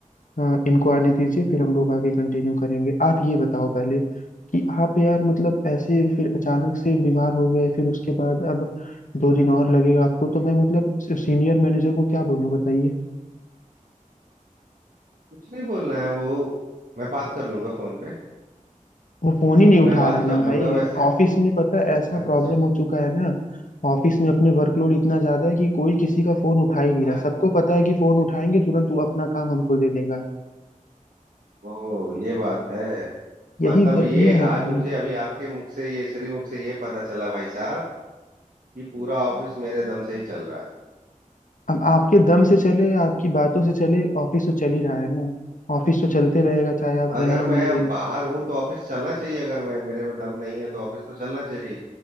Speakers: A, on the left; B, on the right.
A: हाँ इनको आने दीजिए फिर हम लोग आगे कंटिन्यू करेंगे आप ये बताओ पहले कि आप यार मतलब ऐसे फिर अचानक से बीमार हो गए फिर उसके बाद अब दो दिन और लगेगा आपको तो मैं मतलब सीनियर मैनेजर को क्या बोलूँ बताइए
B: कुछ नहीं बोलना है वो मैं बात कर लूंगा फोन पे
A: वो फोन ही नहीं उठा
B: मैं बात
A: रहा ना
B: कर लूंगा
A: भाई
B: वैसे
A: ऑफिस में पता है ऐसा
B: अच्छा
A: प्रॉब्लम हो चुका है ना ऑफिस में अपने वर्कलोड इतना ज्यादा है कि कोई किसी का फोन उठा ही नहीं रहा
B: आज
A: सबको पता है कि फोन उठाएंगे तुरंत वो अपना काम हमको दे देगा
B: ओ ये बात है
A: यही
B: मतलब
A: बतिया
B: ये
A: है
B: आज
A: भाई
B: मुझे अभी आपके मुख से ये श्री मुख से ये पता चला भाई साहब कि पूरा ऑफिस मेरे दम से ही चल रहा है
A: अब आपके दम से चले या आपकी बातों से चले ऑफिस तो चल ही रहा है ना ऑफिस तो चलते रहेगा चाहे आप
B: अगर
A: रहें या
B: मैं
A: ना रहें
B: बाहर हूँ तो ऑफिस चलना चाहिए अगर मैं मेरे में दम नहीं है तो ऑफिस तो चलना चाहिए